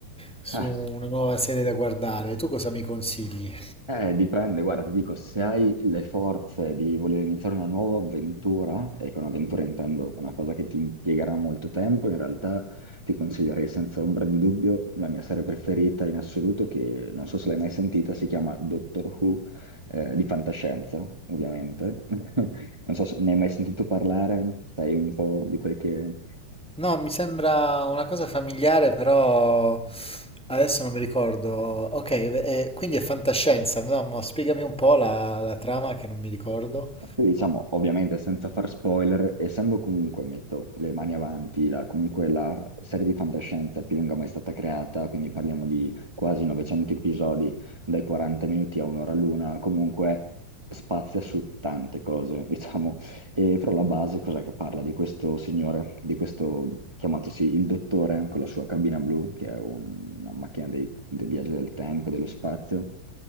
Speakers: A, in the centre; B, on the right (about 20°).
A: su
B: Eh,
A: una nuova serie da guardare. Tu cosa mi consigli?
B: eh, dipende, guarda, ti dico, se hai le forze di voler iniziare una nuova avventura, e con avventura intendo una cosa che ti impiegherà molto tempo, in realtà ti consiglierei senza ombra di dubbio la mia serie preferita in assoluto, che non so se l'hai mai sentita, si chiama Doctor Who, eh, di fantascienza, ovviamente. <laughs> Non so se ne hai mai sentito parlare, sai un po' di quel che
A: No, mi sembra una cosa familiare, però adesso non mi ricordo. Ok, eh, quindi è fantascienza, no, ma spiegami un po' la la trama che non mi ricordo.
B: Poi diciamo, ovviamente senza far spoiler, essendo comunque, metto le mani avanti, la, comunque la serie di fantascienza più lunga mai stata creata, quindi parliamo di quasi 900 episodi, dai 40 minuti a un'ora l'una, comunque spazia su tante cose, <laughs> diciamo, e però la base cos'è che parla? Di questo signore, di questo chiamatosi il dottore con la sua cabina blu, che è un- una macchina dei, dei viaggi del tempo e dello spazio,